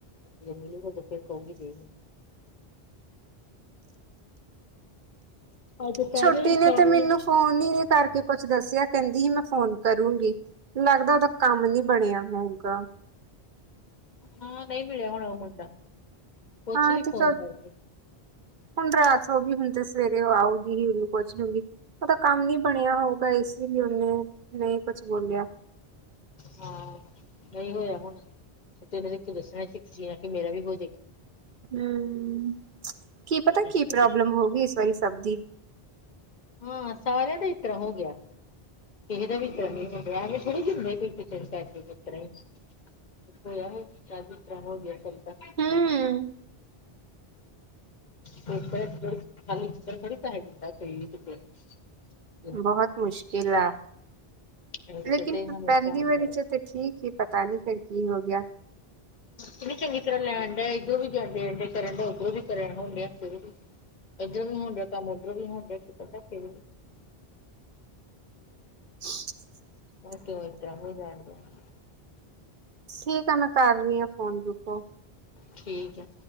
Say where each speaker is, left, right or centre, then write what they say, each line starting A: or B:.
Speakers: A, on the left; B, on the right.
A: ਜਦੋਂ ਮਿਲੂਗਾ ਤੇ ਫਿਰ ਕਹੂਗੀ ਦੇ ਮੈਨੂੰ ਅੱਜ ਦੁਪਹਿਰੇ
B: ਛੋਟੀ
A: ਵੀ
B: ਨੇ
A: ਸੌ
B: ਤੇ ਮੈਨੂੰ ਫੋਨ ਹੀ ਨੀ ਕਰਕੇ ਕੁਛ ਦੱਸਿਆ ਕਹਿੰਦੀ ਹੀ ਮੈਂ ਫੋਨ ਕਰੂੰਗੀ। ਲੱਗਦਾ ਉਹਦਾ ਕੰਮ ਨੀ ਬਣਿਆ, ਮੋਗਾ।
A: ਹਾਂ ਨਹੀਂ ਮਿਲਿਆ ਹੁਣਾ ਉਹ ਮੁੰਡਾ। ਪੁੱਛ
B: ਹਾਂ
A: ਲਈ
B: ਤੇ
A: ਫੋਨ
B: ਚਲ।
A: ਕਰਕੇ
B: ਹੁਣ ਰਾਤ ਹੋ ਗਈ, ਹੁਣ ਤੇ ਸਵੇਰੇ ਉਹ ਆਊਗੀ ਹੀ ਉਹਨੂੰ ਪੁੱਛ ਲੂੰਗੀ। ਓਹ ਦਾ ਕੰਮ ਨੀ ਬਣਿਆ ਹੋਊਗਾ ਇਸ ਲਈ ਉਹਨੇ ਨਹੀਂ ਕੁਛ ਬੋਲਿਆ।
A: ਹਾਂ, ਨਹੀਂ ਹੋਇਆ ਹੋਣਾ ਨਈ ਤੇ ਮੈਨੂੰ ਇੱਥੇ ਦੱਸਣਾ ਸੀ ਜਿਵੇਂ ਕਿ ਮੇਰਾ ਵੀ ਬਹੁ
B: ਹੁੰ, ਕੀ ਪਤਾ
A: ਜਲਦੀ
B: ਕੀ ਪ੍ਰੋਬਲਮ ਹੋ ਗਈ ਇਸ ਵਾਰੀ ਸਭ ਦੀ।
A: ਹਾਂ ਸਾਰਿਆਂ ਦਾ ਐਹ ਤਰ੍ਹਾਂ ਹੋ ਗਿਆ, ਕਿਸੇ ਦਾ ਵੀ ਐਹ ਤਰਾਂ ਨੀ ਹੋਣ ਦਿਆ ਥੋੜੇ ਹੁੰਦੇ ਕੋਈ- ਕੋਈ ਪੈਸੇ ਐ ਤਰ੍ਹਾਂ ਹੀ, ਐਹ ਤਰ੍ਹਾਂ ਹੋ ਗਿਆ ਸ ਅੱਛਾ
B: ਹੂੰ
A: ਕੋਈ ਐ ਤਰਾਂ ਕੋਈ ਖਾਲੀ ਇਸ ਤਰਾਂ ਥੋੜਾ ਪੈਸੇ ਦਿੰਦਾ ਕੋਈ ਤੇ।
B: ਬਹੁਤ ਮੁਸ਼ਕਿਲ ਐ।
A: ਇਹਦੇ
B: ਲੇਕਿਨ
A: ਚ ਤੇ ਹਮੇਸ਼ਾ
B: ਪਹਿਲੀ
A: ਹੁੰਦਾ
B: ਵਰੀ
A: ਵਾ
B: 'ਚ ਤਾਂ ਠੀਕ ਏ, ਪਤਾ ਨਹੀਂ ਫੇਰ ਕੀ ਹੋ ਗਿਆ।
A: ਕਿੰਨੀ ਚੰਗੀ ਤਰ੍ਹਾਂ ਲੈਂਡ ਦੇ, ਇਧਰੋਂ ਵੀ ਦੇਣ ਕਰਨ ਡੇ, ਉੱਧਰੋਂ ਵੀ ਕਰਨ ਹੋਣਦੇ ਆ ਫੇਰ ਵੀ ਇੱਧਰ ਵੀ ਹੋਣ ਡਿਆ ਕੰਮ, ਉੱਧਰੋਂ ਵੀ ਹੋਣ ਡਿਆ ਕੀ ਪਤਾ ਕਰ
B: <inaudible>
A: ਉਹ ਕਿਉਂ ਇਸ ਤਰ੍ਹਾਂ ਹੋ ਜਾਣ ਦਿਆ।
B: ਸੀਕ ਆ, ਮੈਂ ਕਰ ਰਹੀ ਆਂ ਫੋਨ ਰੁਕੋ।
A: ਠੀਕ ਐ।